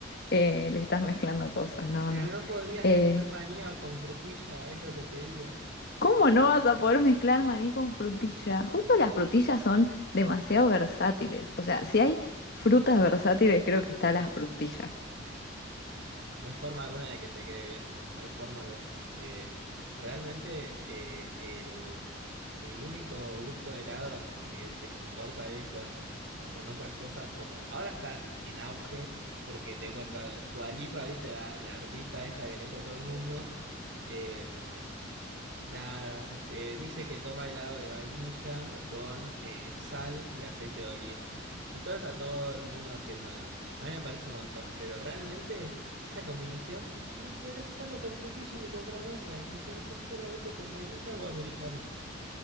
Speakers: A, on the left (about 50°); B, on the right (about 60°).
A: eh, le estás mezclando cosas, no,
B: Pero
A: no.
B: no podrías
A: Eh,
B: mezclar maní o con frutilla, es lo que te digo.
A: ¿cómo no vas a poder mezclar maní con frutilla? Justo las frutillas son demasiado versátiles, o sea, si hay frutas versátiles, creo que está la frutilla.
B: No hay forma alguna de que te quede bien. No hay forma alguna. Eh, realmente eh, el, el único gusto de helado que se comporta bien con, con otras cosas como... Ahora están en auge, porque te cuento algo. Dua Lipa, viste, la, la artista esta que le gusta a todo el mundo. em, Nada, se- eh, dice que toma helado de vainilla con eh, sal y aceite de oliva. Y todo está todo el mundo haciéndolo. A mí me parece un montón, pero realmente esa combinación no podrías hacerlo con frutilla ni con frambuesa. Lo puedes hacer solamente con vainilla o americana.